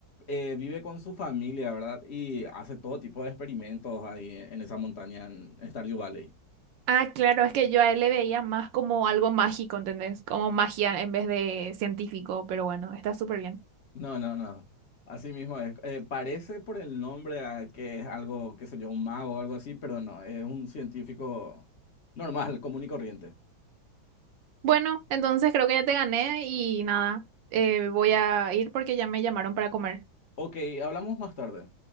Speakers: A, on the left (about 50°); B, on the right (about 70°).
A: eh, vive con su familia, ¿verdad? Y hace todo tipo de experimentos ahí en esa montaña en Stardew Valley.
B: Ah, claro, es que yo a él le veía más como algo mágico, ¿entendés? Como magia en vez de científico, pero bueno, está súper bien.
A: No, no, no. Así mismo es. Eh, parece por el nombre a que es algo, qué sé yo, un mago o algo así, pero no, es un científico normal, común y corriente.
B: Bueno, entonces creo que ya te gané y nada, eh, voy a ir porque ya me llamaron para comer.
A: Ok, hablamos más tarde.